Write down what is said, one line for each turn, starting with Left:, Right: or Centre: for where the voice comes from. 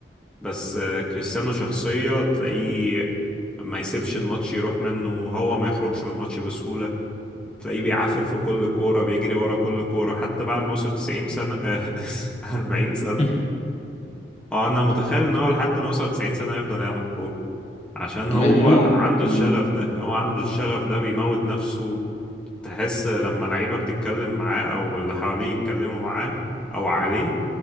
Centre: بس آه، كريستيانو شخصية تلاقيه ما يسيبش الماتش يروح منه وهو ما يخرجش من الماتش بسهولة تلاقيه بيعافر في كل كورة بيجري ورا كل كورة حتى بعد ما وصل 90 سنة آه، <laughs> 40 سنة
Left: <laughs>
Centre: اه انا متخيل ان هو لحد ما يوصل 90 سنة يفضل يلعب كورة عشان هو
Left: مجنون
Centre: عنده
Left: مجنون
Centre: الشغف ده هو عنده الشغف ده بيموت نفسه تحس لما لعيبة بتتكلم معاه او اللي حواليه يتكلموا معاه او عليه